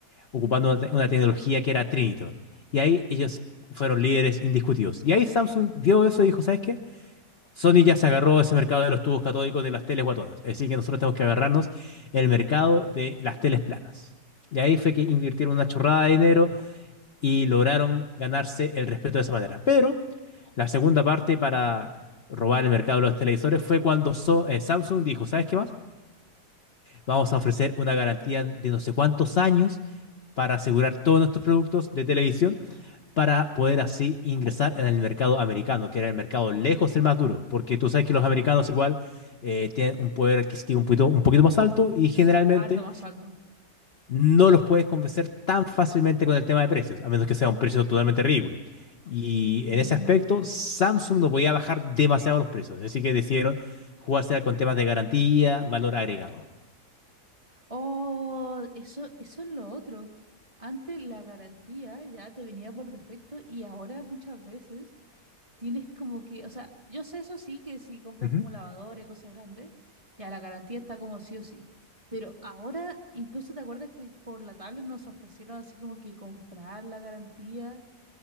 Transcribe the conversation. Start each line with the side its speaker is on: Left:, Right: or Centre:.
Left: ocupando
Right: ya.
Left: una, te- una tecnología que era Trinitron. Y ahí ellos fueron líderes indiscutidos. Y ahí Samsung vio eso y dijo, ¿sabes qué? Sony ya se agarró ese mercado de los tubos catódicos de las teles guatonas. Así que nosotros tenemos que agarrarnos el mercado de las teles planas. Y ahí fue que invirtieron una chorrada de dinero y lograron ganarse el respeto de esa manera. Pero la segunda parte para robar el mercado de los televisores fue cuando So- eh, Samsung dijo, ¿sabes qué más? Vamos a ofrecer una garantía de no sé cuántos años para asegurar todos nuestros productos de televisión para poder así ingresar en el mercado americano, que era el mercado lejos el más duro, porque tú sabes que los americanos igual eh, tienen un poder adquisitivo un poquito, un poquito más alto y generalmente
Right: Harto más alto.
Left: no los puedes convencer tan fácilmente con el tema de precios, a menos que sea un precio totalmente ridículo. Y
Right: Mm,
Left: en ese aspecto, Samsung
Right: sí.
Left: no podía bajar demasiado los precios, así que decidieron jugarse con temas de garantía, valor agregado.
Right: Oh, eso, eso es lo otro. Antes la garantía ya te venía por defecto y ahora muchas veces tienes como que, o sea, yo sé eso sí que si compras
Left: Ujú.
Right: como lavadora y cosas grandes, ya la garantía está como sí o sí. Pero ahora incluso te acuerdas que por la tablet nos ofrecieron así como que comprar la garantía.